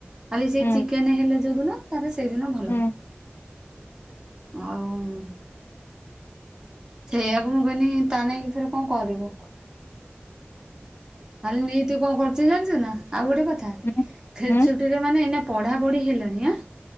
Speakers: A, on the right; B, on the left.
A: ଖାଲି ସେ
B: ହୁଁ
A: ଚିକେନ ହେଲେ ଯୋଉ ଦିନ ତା ସେଇଦିନ ଭଲ।
B: ହୁଁ
A: ଆଉ ସେଇଆକୁ ମୁଁ କହିଲି ତା ନେଇଁକି ଥରେ କଣ କରିବ। ଖାଲି ନିତି କଣ କରୁ ଜାଣିଛୁ ନା ଆଉ ଗୋଟେ କଥା,
B: ହୁଁ।
A: ଛୁଟିରେ
B: ହୁଁ
A: ମାନେ ଏଇନା ମାନେ ପଢାପଢି ହେଲାନି ଆ